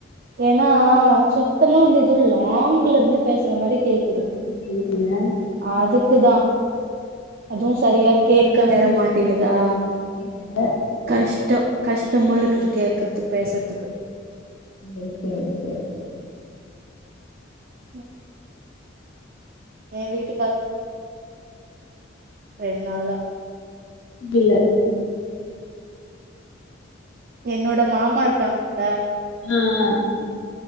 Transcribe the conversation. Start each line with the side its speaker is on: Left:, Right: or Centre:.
Right: ஏன்னா சுத்தமா வந்து எதோ லாங்லருந்து பேசுற மாரி கேக்கு
Left: ஆ இல்ல இல்ல
Right: அதுக்குதா அதுவு சரியா
Left: இங்கே
Right: கேக்க
Left: பக்கத்துல
Right: வேற
Left: இருந்துச்சின்னா
Right: மாட்டேங்குதா
Left: <inaudible> ல
Right: கஷ்டோ கஷ்டமாருக்குது கேக்கறதுக்கு பேசுறதுக்கு
Left: சேரி சேரி சேரி
Right: ம் எ வீட்டுக்காரு <inaudible> ரெண்ட் நாளா
Left: இல்ல
Right: என்னோட மாமாருக்காங்கல்ல
Left: அ